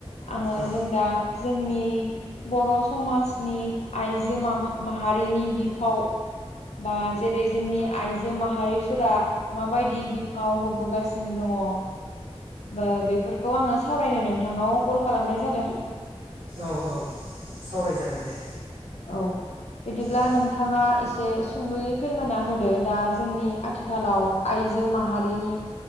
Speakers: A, on the left (about 85°); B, on the right (about 70°).
A: आङो
B: औ
A: जों दा जोंनि बर' समाजनि आइजो माव माहारिनि बिफाव बा जेरै जोंनि आइजो माह हारिफोरा माबायदि बिफाव होबोगासिनो दङ। ओ बेफोरखौ आङो सावरायनो नोंथांनाव कल खालामनाय जादों।
B: औ औ सावरायजागोन दे।
A: औ बिदिब्ला
B: औ
A: नों थाङा एसे सुंद'यै फोरमायना होदो, दा जोंनि आथिखालाव आइजो माहारिनि